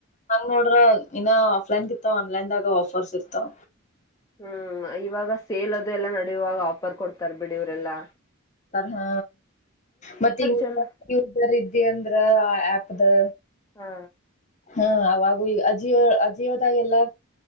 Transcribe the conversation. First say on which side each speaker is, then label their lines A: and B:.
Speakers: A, on the left; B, on the left.
A: ನೋಡ್ರ ಇನ್ನ ಆಫ್ಲೈನ್ಗಿತ್ತ ಆನ್ಲೈನ್ದಾಗ ಆಫರ್ಸ್ ಇರ್ತಾವ
B: ಹ್ಮ್ ಇವಾಗ ಸೇಲ್ ಅದು ಎಲ್ಲ ನಡುವಾಗ ಆಫರ್ ಕೊಡ್ತಾರ ಬಿಡಿ ಇವರೆೆಲ್ಲಾ
A: ಹ ಮತ್ತೆ
B: ಚಲೋ
A: ಯರ್ ಇದಿ ಅಂದ್ರ ಆ ಆಪ್ ಅದು
B: ಹಾ
A: ಹ್ಮ ಅವಾಗ ಈ ಅಜೀವ ಅಜೀವದಾಗೆಲ್ಲಾ್